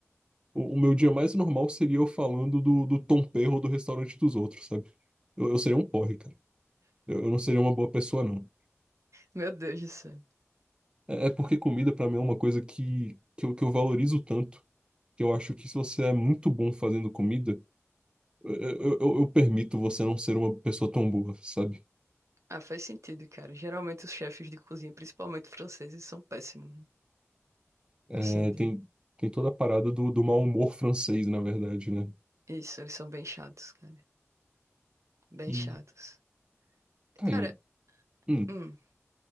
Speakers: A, on the right (about 20°); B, on the right (about 75°).
A: O, o meu dia mais normal seria eu falando do, do Tom Perro do restaurante dos outros, sabe? Eu, eu seria um porre, cara. Eu, eu não seria uma boa pessoa, não.
B: Meu Deus do céu.
A: É, é porque comida, pra mim, é uma coisa que, que eu, que eu valorizo tanto que eu acho que se você é muito bom fazendo comida, eu, eu, eu- eu permito você não ser uma pessoa tão boa, sabe?
B: Ah, faz sentido, cara. Geralmente os chefes de cozinha, principalmente franceses, são péssimos. né?
A: É,
B: Assim, de...
A: tem, tem toda a parada do, do mau humor francês, na verdade, né?
B: isso, eles são bem chatos, cara. Bem
A: E
B: chatos.
A: tá
B: Cara,
A: aí. Hum.
B: hum,